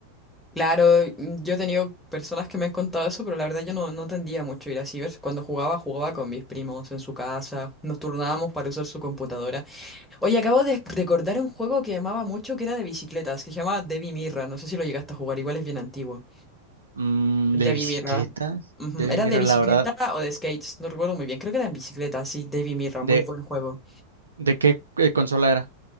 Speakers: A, in the centre; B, on the right.
A: Claro, mm, yo he tenido personas que me han contado eso, pero la verdad yo no, no tendía mucho a ir a cibers. Cuando jugaba, jugaba con mis primos en su casa, nos turnábamos para usar su computadora. Oye, acabo de recordar un juego que amaba mucho, que era de bicicletas, que se llamaba Devi Mirra, no sé si lo llegaste a jugar, igual es bien antiguo.
B: Mm, ¿de
A: Devi
B: bicicleta?
A: Mirra. Ujú,
B: De,
A: Era
B: mira,
A: de
B: la
A: bicicleta
B: verdad,
A: o de skates, no recuerdo muy bien, creo que era en bicicleta, sí, Devi Mirra,
B: ¿de,
A: muy buen juego.
B: de qué eh, consola era?